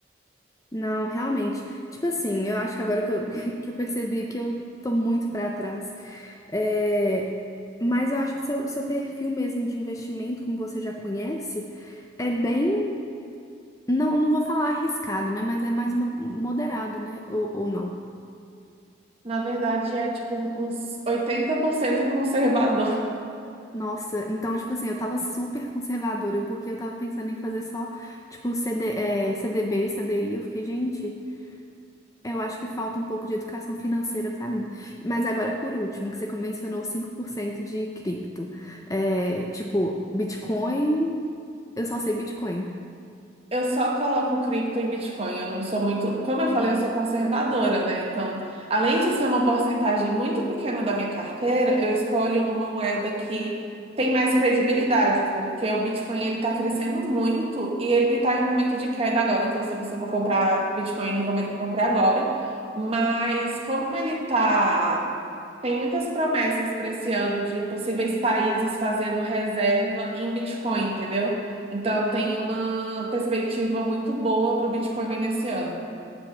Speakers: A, on the left; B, on the right.
A: Não, realmente. Tipo assim, eu acho que agora que eu, <laughs> que eu percebi que eu tô muito pra trás. É, mas eu acho que seu, seu perfil mesmo de investimento, como você já conhece, é bem. Não, não vou falar arriscado, né? Mas é mais uma- moderado, né? Ou, ou não.
B: Na verdade, é tipo uns 80% conservador
A: Nossa, então, tipo assim, eu tava super conservadora, porque eu tava pensando em fazer só, tipo, CD, é, CDB, CDI. Eu fiquei, gente. Eu acho que falta um pouco de educação financeira para mim. Mas agora, por último, que você mencionou 5% de cripto. É, tipo, Bitcoin, eu só sei Bitcoin.
B: Eu só coloco cripto em Bitcoin. Eu não sou muito. Como eu falei, eu sou conservadora, né? Então, além de ser uma porcentagem muito pequena da minha carteira, eu escolho uma moeda que tem mais credibilidade, porque o Bitcoin ele está crescendo muito e ele está em um momento de queda agora. Então, se você for comprar Bitcoin, recomendo que compre agora. Mas como ele tá. Tem muitas promessas para esse ano de possíveis países fazendo reserva em Bitcoin, entendeu? Então tem uma perspectiva muito boa para o Bitcoin nesse ano.